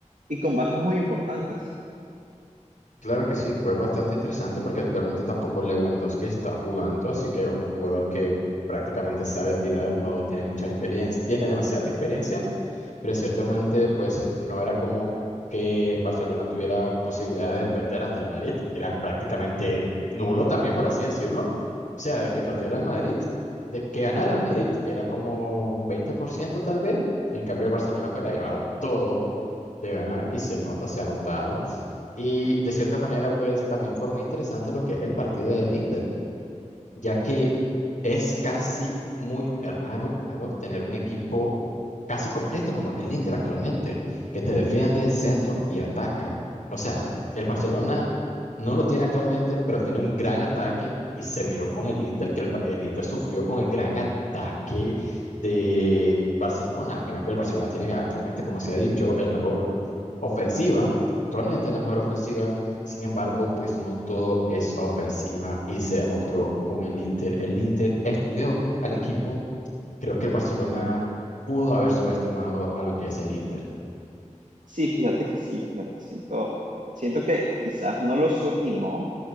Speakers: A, on the right; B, on the left.
A: y con bajas muy importantes.
B: Claro que sí, fue bastante interesante porque actualmente tampoco Lewandowski está jugando, así que un jugador que prácticamente sabe tirar, no tiene mucha experiencia, tiene demasiada experiencia, pero ciertamente pues no era como que Barcelona tuviera posibilidad de perder ante el Madrid, era prácticamente nulo también, por así decirlo. O sea, de que perdiera el Madrid, de que ganara el Madrid era como un 20% tal vez, en cambio el Barcelona pues la llevaba todo de ganar y se nota, se ha notado. Y de cierta manera, pues también fue muy interesante lo que el partido del Inter ya que es casi muy raro, raro tener un equipo casi completo como el Inter actualmente, que te defiende, centro y ataca. O sea, el Barcelona no lo tiene actualmente, pero tiene un gran ataque y se miró con el Inter, que el, Ba- el Inter sufrió con el gran ataque de Barcelona. Al final, pues el Barcelona tiene actualmente, como se ha dicho, el mejor ofensiva, actualmente la mejor ofensiva sin embargo, pues no todo es ofensiva y se demostró con el Inter. El Inter estudió al equipo. Creo que el Barcelona pudo haber subestimado a lo que es el Inter.
A: Sí, fíjate que sí, fíjate, siento, siento que quizás no lo subestimó,